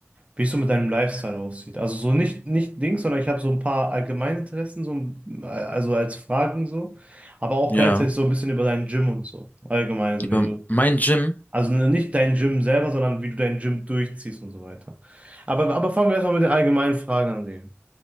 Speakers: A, on the right; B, on the left.
A: wie es so mit deinem Lifestyle aussieht. Also so nicht, nicht Dings, sondern ich habe so ein paar Allgemeininteressen, so, ein- also als Fragen so, aber auch
B: Ja.
A: gleichzeitig so ein bisschen über dein Gym und so. Allgemein, so
B: Über
A: wie du,
B: mein Gym?
A: also nicht dein Gym selber, sondern wie du dein Gym durchziehst und so weiter. Aber, aber fangen wir erstmal mit den allgemeinen Fragen an, Digga.